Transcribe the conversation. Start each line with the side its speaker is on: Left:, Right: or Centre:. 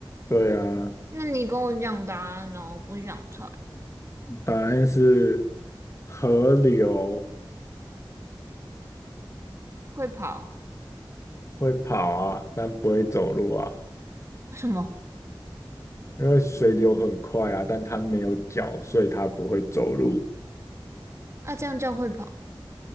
Left: 对啊，
Right: 那你跟我讲答案哦，我不想猜。
Left: 答案是河流
Right: 会跑
Left: 会跑啊，但不会走路啊，
Right: <laughs> 什么？
Left: 因为水流很快啊，但它没有脚，所以它不会走路
Right: 啊，这样叫会跑？